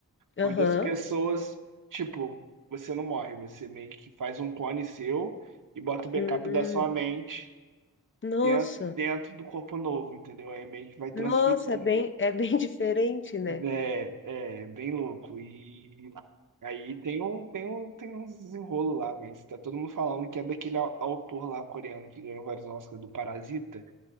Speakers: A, on the left; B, on the right.
A: Aham.
B: Onde as pessoas, tipo, você não morre, você meio que faz um clone seu e bota o backup
A: Hum,
B: da sua mente
A: nossa.
B: dentro, dentro do corpo novo, entendeu? Aí meio que vai transferir.
A: Nossa, é bem, é bem <laughs> diferente, né?
B: É, é bem louco. E aí tem um, tem um, tem uns desenrolo lá, mas tá todo mundo falando que é daquele au- autor lá coreano que ganhou vários Oscars do Parasita.